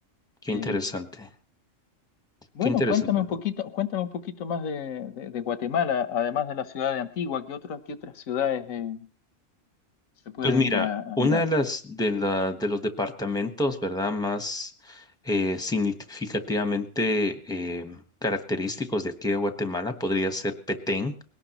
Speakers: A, in the centre; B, on the left.
A: Qué
B: Eh,
A: interesante.
B: Bueno,
A: Qué interesante.
B: cuéntame un poquito, cuéntame un poquito más de, de- de Guatemala, además de la ciudad de Antigua, ¿qué otras, qué otras ciudades eh, se pueden
A: Pues mira,
B: ir a,
A: una
B: a mirar?
A: de las de la, de los departamentos, ¿verdad? Más eh, significativamente eh, característicos de aquí de Guatemala podría ser Petén.